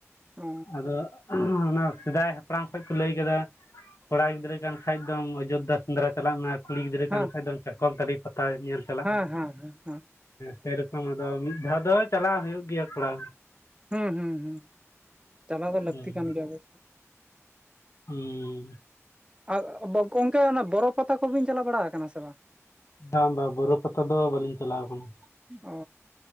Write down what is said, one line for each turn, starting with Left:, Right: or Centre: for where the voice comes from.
Right: ᱚ
Left: ᱟᱫᱚ ᱚᱱᱟ ᱥᱮᱫᱟᱭ ᱦᱟᱯᱲᱟᱢ ᱠᱷᱚᱱᱚᱡ ᱠᱚ ᱞᱟᱹᱭ ᱠᱮᱫᱟ ᱠᱚᱲᱟ ᱜᱤᱫᱽᱨᱟᱹ ᱠᱟᱱ ᱠᱷᱟᱡ ᱫᱚᱢ ᱚᱡᱳᱫᱽᱫᱷᱟ ᱥᱮᱸᱫᱽᱨᱟ ᱪᱟᱞᱟᱜ ᱢᱮ ᱠᱩᱲᱤ ᱜᱤᱫᱽᱨᱟᱹ
Right: ᱦᱮᱸ
Left: ᱠᱟᱱ ᱠᱷᱟᱱᱡ ᱫᱚᱢ ᱪᱟᱠᱚᱞ ᱯᱟᱛᱟ ᱧᱮᱞ ᱪᱟᱞᱟᱜᱼᱢᱮ,
Right: ᱦᱮᱸ ᱦᱮᱸ ᱦᱮᱸ ᱦᱮᱸ
Left: ᱥᱮᱨᱚᱠᱚᱢ ᱟᱫᱚ ᱢᱤᱫ ᱫᱷᱟᱣ ᱫᱚ ᱪᱟᱞᱟᱣ ᱦᱩᱭᱩᱜ ᱜᱮᱭᱟ ᱠᱚᱲᱟ᱾
Right: ᱦᱩᱸ ᱦᱩᱸ ᱦᱩᱸ ᱪᱟᱞᱟᱣ
Left: ᱦᱩᱸ
Right: ᱫᱚ ᱞᱟᱹᱠᱛᱤ ᱠᱟᱱ ᱜᱮᱭᱟ ᱟᱫᱚᱼᱼᱼ
Left: ᱦᱩᱸ
Right: ᱟ ᱜᱚᱝᱠᱮ ᱚᱱᱟ ᱵᱚᱨᱚ ᱯᱟᱛᱟ ᱠᱚᱵᱤᱱ ᱪᱟᱞᱟᱣ ᱵᱟᱲᱟ ᱟᱠᱟᱱᱟ ᱥᱮ ᱵᱟᱝ?
Left: ᱵᱟᱝ ᱵᱟᱝ ᱵᱚᱨᱚ ᱯᱟᱛᱟ ᱫᱚ ᱵᱟᱹᱞᱤᱧ ᱪᱟᱞᱟᱣ ᱟᱠᱟᱱᱟ᱾
Right: ᱚ